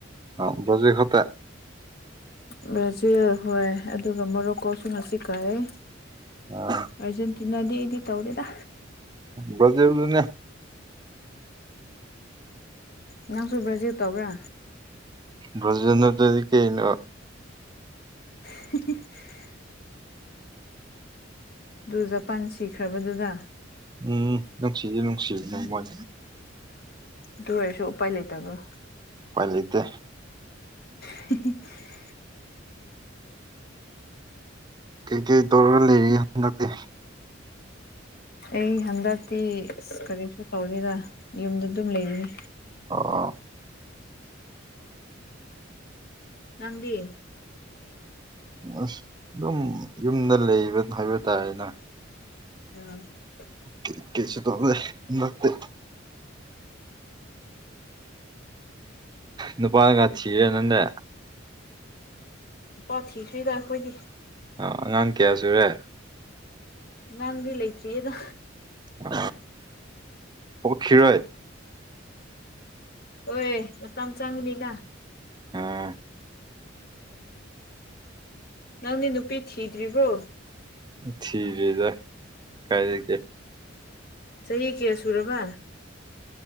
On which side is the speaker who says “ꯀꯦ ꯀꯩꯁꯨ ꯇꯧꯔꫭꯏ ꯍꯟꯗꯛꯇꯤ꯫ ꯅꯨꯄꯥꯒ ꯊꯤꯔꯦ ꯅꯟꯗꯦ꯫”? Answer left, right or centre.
Right